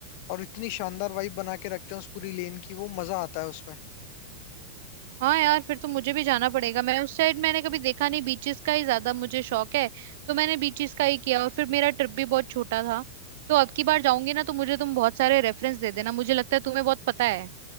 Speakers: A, on the left (about 55°); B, on the right (about 60°).
A: और इतनी शानदार वाइब बना के रखते हैं उस पूरी लेन की वो मजा आता है उसमें
B: हाँ यार फिर तो मुझे भी जाना पड़ेगा मैं उस साइड मैंने कभी देखा नहीं बीचेस का ही ज्यादा मुझे शौक है तो मैंने बीचेस का ही किया और फिर मेरा ट्रिप भी बहुत छोटा था तो अब की बार जाऊंगी ना तो मुझे तुम बहुत सारे रेफरेंस दे देना मुझे लगता है तुम्हें बहुत पता है